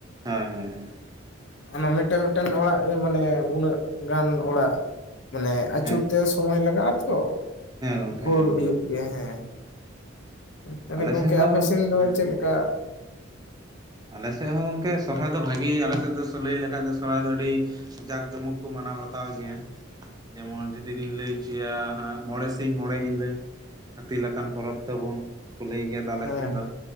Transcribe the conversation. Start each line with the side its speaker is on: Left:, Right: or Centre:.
Right: ᱦᱳᱭ ᱦᱳᱭ ᱦᱮᱸ
Left: ᱚᱱᱟ ᱢᱤᱫᱴᱟᱝ ᱢᱤᱫᱴᱮᱱ ᱚᱲᱟᱜ ᱜᱮ ᱢᱟᱱᱮ ᱩᱱᱟᱹᱜ ᱜᱟᱱ ᱚᱲᱟᱜ ᱢᱟᱱᱮ ᱟᱹᱪᱩᱨ
Right: ᱦᱮᱸ
Left: ᱛᱮ ᱥᱚᱢᱚᱭ ᱞᱟᱜᱟᱜᱼᱟ ᱛᱚ ᱾
Right: ᱜᱚᱢᱠᱮ
Left: ᱵᱷᱳᱨ
Right: ᱦᱮᱸ
Left: ᱦᱩᱭᱩᱜ
Right: ᱜᱚᱢᱠᱮ
Left: ᱜᱮᱭᱟ ᱦᱮᱸ, ᱛᱟᱦᱚᱞᱮ
Right: ᱟᱞᱮ
Left: ᱜᱚᱝᱠᱮ
Right: ᱥᱮᱫ ᱦᱚᱸ
Left: ᱟᱯᱮ ᱥᱮᱱ ᱫᱚ
Right: ᱦᱮᱸ
Left: ᱪᱮᱫ ᱠᱟ
Right: ᱟᱞᱮ ᱥᱮᱫ ᱦᱚᱸ ᱜᱚᱝᱠᱮ ᱥᱚᱨᱦᱟᱭ ᱫᱚ ᱵᱷᱟᱜᱮ ᱟᱞᱮ ᱥᱮᱫ ᱫᱚ ᱞᱟᱹᱭ ᱞᱮᱠᱷᱟᱡ ᱫᱚ ᱥᱚᱨᱦᱟᱭ ᱫᱚ ᱟᱹᱰᱤ ᱡᱟᱠ ᱡᱚᱢᱚᱠ ᱠᱚ ᱢᱟᱱᱟᱣ ᱵᱟᱛᱟᱣ ᱜᱮᱭᱟ ᱾ ᱡᱮᱢᱚᱱ ᱡᱩᱫᱤ ᱞᱤᱧ ᱞᱟᱹᱭ ᱦᱚᱪᱚᱭᱟ ᱦᱟᱸᱜ ᱢᱚᱬᱮ ᱥᱤᱧ ᱢᱚᱬᱮ ᱧᱤᱫᱟᱹ ᱾ ᱦᱟᱹᱛᱤ ᱞᱮᱠᱟᱱ ᱯᱚᱨᱚᱵᱽ ᱛᱟᱵᱚᱱ ᱠᱚ ᱞᱟᱹᱭ ᱜᱮᱭᱟ ᱟᱞᱮ
Left: ᱦᱮᱸ
Right: ᱥᱮᱫ ᱫᱚ,